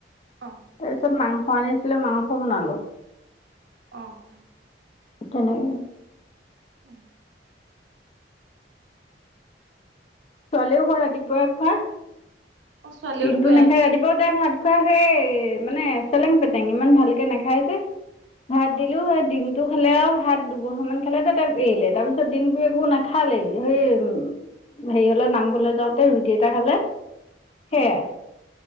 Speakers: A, on the right (about 80°); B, on the left (about 35°).
A: অ'।
B: তাৰপিছত মাংস আনিছিলোঁ, মাংস বনালোঁ।
A: অ'।
B: তেনেকে।
A: <inaudible>
B: ছোৱালীও সৈ ৰাতিপুৱাই খোৱা।
A: অ ছোৱালীও
B: দিনটো
A: দুপৰীয়া
B: নাখায়,
A: নাইখোৱা
B: ৰাতিপুৱাও তাই ভাত খোৱা সেই মানে চেলেং পেটেং ইমান ভালকে নাখায় যে। ভাত
A: অ
B: দিলোঁ সেই দি টো খালে আৰু ভাত দুঘহা মান খালে, তাতে এৰিলে তাৰপিছত দিনটো একো নাখালেই, উম। হেৰি অলে নামঘৰলে যাওঁতে ৰুটি এটা খালে, সেয়াই।
A: অ